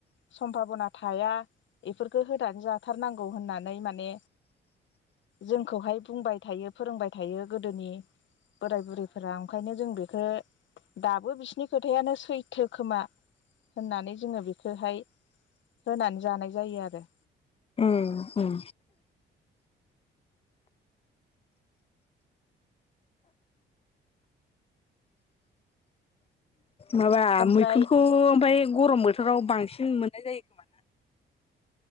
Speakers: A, on the left (about 70°); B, on the left (about 30°).
A: सम्भाबना थाया बेफोरखौ होनानै जाथारनांगौ होननानै माने जोंखौहाय बुंबाय थायो फोरोंबाय थायो गोदोनि बोराय बुरैफोरा ओंखायनो जों बेखौ दाबो बिसिनि खोथायानो सैथो खोमा होननानै जोङो बेखौहाय होनानै जानाय जायो आरो।
B: उम उम। माबा
A: ओमफ्राय
B: मैखुनखौ ओमफ्राय गरम बोथोराव बांसिन मोननाय जायो खोमा ना?